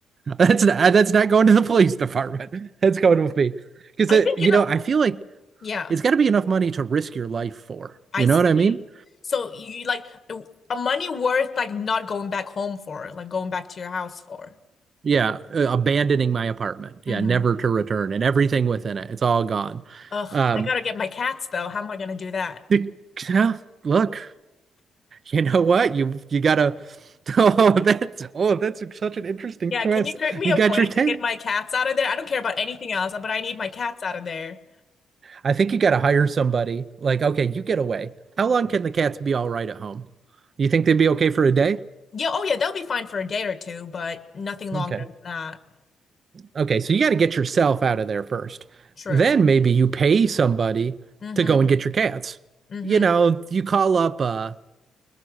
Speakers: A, on the right; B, on the left.
A: That's not, that's not going to the police department. That's going with me. Because,
B: I think,
A: you
B: you know,
A: know, I feel like
B: yeah,
A: it's got to be enough money to risk your life for.
B: I
A: You
B: see.
A: know what I mean?
B: So you like a money worth like not going back home for, like going back to your house for.
A: Yeah, uh, abandoning my apartment.
B: Mm-hmm.
A: Yeah, never to return and everything within it. It's all gone.
B: Ugh,
A: Um,
B: I gotta get my cats though. How am I gonna do that?
A: <laughs> yeah, look, you know what? You you gotta. <laughs> Oh, that's oh, that's such an interesting
B: Yeah,
A: twist.
B: can you create me
A: You
B: a
A: got
B: plan
A: your ten.
B: to get my cats out of there? I don't care about anything else, but I need my cats out of there.
A: I think you got to hire somebody. Like, okay, you get away. How long can the cats be all right at home? You think they'd be okay for a day?
B: Yeah, oh yeah, they'll be fine for a day or two, but nothing longer
A: Okay.
B: than that.
A: Okay, so you got to get yourself out of there first.
B: True.
A: Then maybe you pay somebody
B: Mm-hmm.
A: to go and get your cats.
B: Mm-hmm.
A: You know, you call up a,